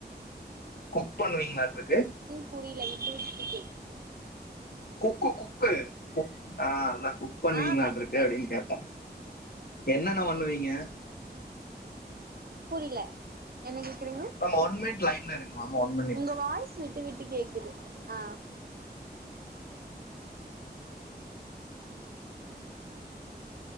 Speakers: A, on the left; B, on the right.
A: குக் பண்ணுவீங்ளாட்ருக்கு
B: புரில விட்டு விட்டு கேக்கு
A: குக்கு குக்கு ஆ அதா குக் பண்ணுவீங்களாட்ருக்கு
B: ஆ பண்ணுவே
A: அப்டின் கேட்டே என்னென்ன பண்ணுவீங்க
B: புரில என்ன கேக்குறீங்க
A: மேம் ஒன் மினிட் லைன்ல இருங்க மேம் ஒன் மினிட்
B: உங்க வாய்ஸ் விட்டு விட்டு கேக்குது ஆ